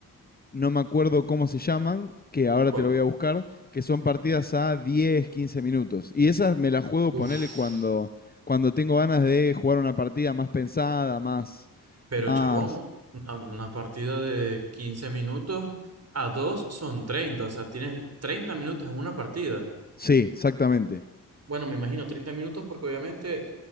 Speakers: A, on the left; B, on the right.
A: no me acuerdo cómo se llaman, que ahora
B: ¿Cuál?
A: te lo voy a buscar, que son partidas a 10, 15 minutos. Y esas me las juego,
B: Uf,
A: ponele cuando, cuando tengo ganas de jugar una partida más pensada, más,
B: pero
A: más.
B: chabón, una, una partida de 15 minutos a dos son treinta. o sea, tienes 30 minutos en una partida.
A: Sí, exactamente.
B: Bueno, me imagino 30 minutos porque obviamente